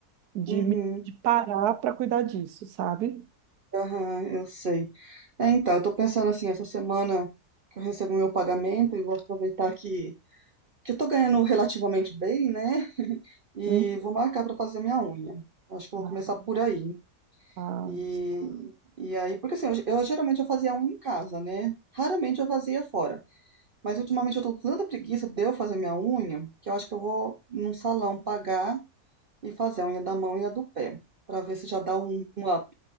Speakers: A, on the right (about 75°); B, on the right (about 40°).
A: de,
B: Uhum,
A: me- de parar para cuidar disso, sabe?
B: aham, eu sei. É, então, eu tô pensando assim, essa semana que eu recebo o meu pagamento e vou aproveitar que, que eu tô ganhando relativamente bem, né? <laughs> E
A: Hum.
B: vou marcar pra fazer minha unha. Acho que eu vou
A: Ah,
B: começar por aí.
A: ah.
B: E, e aí, porque assim, eu, eu geralmente eu fazia unha em casa, né? Raramente eu fazia fora. Mas ultimamente eu tô com tanta preguiça de eu fazer minha unha, que eu acho que eu vou num salão pagar e fazer a unha da mão e a do pé, pra ver se já dá um, um up.